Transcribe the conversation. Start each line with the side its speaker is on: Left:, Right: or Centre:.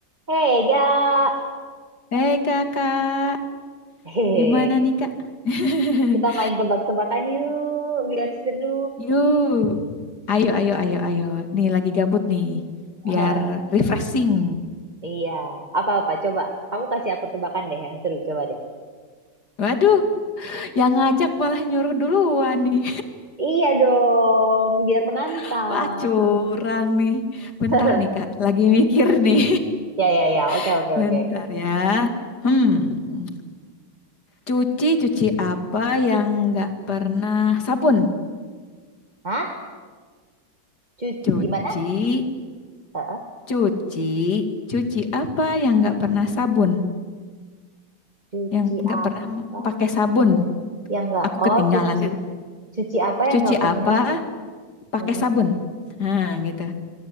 Right: Hei, Ga.
Left: Hei kakak,
Right: Hehehe.
Left: gimana nih kak? <laughs>
Right: Kita main tebak-tebakan yuk, biar seru.
Left: Yuk, ayo, ayo, ayo, ayo. Nih lagi gabut nih,
Right: Ah,
Left: biar refreshing.
Right: iya, apa-apa coba. Kamu kasih aku tebakan deh yang seru, coba deh.
Left: Waduh, yang ngajak malah nyuruh duluan nih.
Right: Iya dong, biar menantang.
Left: <laughs> Wah, curang nih. Bentar
Right: <laughs>
Left: nih kak, lagi mikir nih.
Right: Ya, ya, ya. Oke,
Left: <laughs>
Right: oke,
Left: Bentar
Right: oke.
Left: ya. Hmm, cuci-cuci apa yang nggak pernah sabun?
Right: Hah? Cuci
Left: Cuci,
Right: gimana? Heeh.
Left: cuci, cuci apa yang nggak pernah sabun?
Right: Cuci
Left: yang nggak
Right: apa
Left: pernah m- pakai sabun.
Right: yang nggak?
Left: Aku
Right: Oh,
Left: ketinggalan
Right: cuci
Left: kan.
Right: cuci apa yang
Left: Cuci
Right: nggak pernah?
Left: apa? Pakai
Right: Mm-mm.
Left: sabun. Nah, gitu.